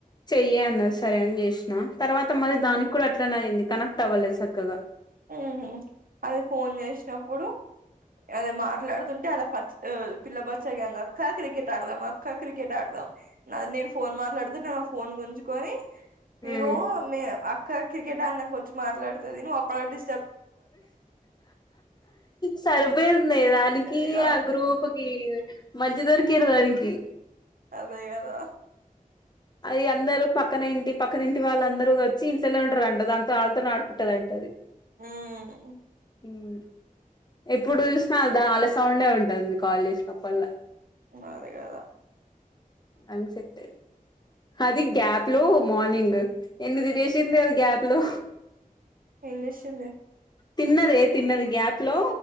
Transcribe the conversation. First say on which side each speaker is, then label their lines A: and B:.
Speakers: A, on the left; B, on the right.
A: చెయ్యి అన్నది సరే అని చేసినా తర్వాత మరిదానికి
B: ఉమ్
A: కూడా అట్లనే అయింది. కనెక్ట్ అవ్వలే సక్కగా
B: ఉహుమ్మ్ అది ఫోన్ చేసినప్పుడు అదే మాట్లాడుతుంటే అలా పచ్ పిల్ల బచ్చగ్యాంగ్ అక్క క్రికెట్ ఆడదాం అక్క క్రికెట్ ఆడదాం నాది నేను ఫోన్ మాట్లాడితే నా ఫోన్ గుంజుకొని ఇంగొ
A: ఉమ్
B: మి అ క్క క్రికెట్ ఆడినంక వచ్చి మాట్లాడుతది నువ్వు అపట్వరకు డి
A: సరిపో యిందే దానికి
B: ఇగ
A: ఆ గ్రూపుకి మంచిగా దొరికిండ్రు దానికి
B: అదే కదా
A: అది ఇగ అందరు పక్కన ఇంటి పక్కన వాళ్ళ అందరు వచ్చి ఇంట్లోనే ఉంటారంట దాంతో ఆళ్ళతోనే ఆడుకుంటదంట అది
B: ఉహ్మ్
A: ఉమ్మ్ ఎప్పుడు చూసినా దా అల సౌండే ఉంటది నేకాల్ చేసినప్పుడల్లా
B: మాదే గాదా
A: అంగ్ సెటైంది అది గ్యాప్లో మార్నింగ్ ఎనిమిది డేసింది అది గ్యాప్లో
B: ఏం చేస్తుంది
A: తిన్నదే తిన్నది గ్యాప్ ల్లో